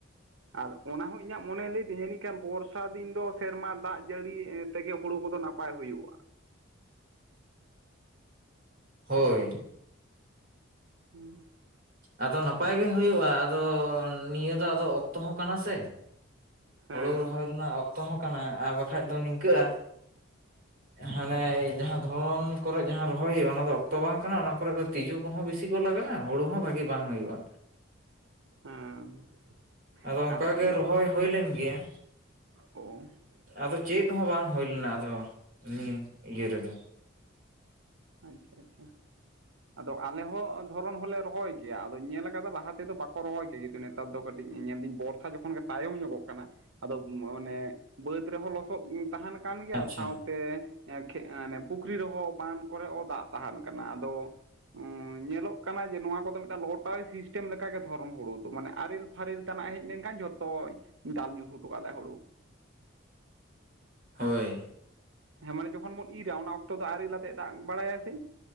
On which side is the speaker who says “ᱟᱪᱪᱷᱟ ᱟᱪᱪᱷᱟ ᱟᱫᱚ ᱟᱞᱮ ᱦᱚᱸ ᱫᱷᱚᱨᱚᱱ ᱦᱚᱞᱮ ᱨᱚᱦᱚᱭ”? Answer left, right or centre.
Right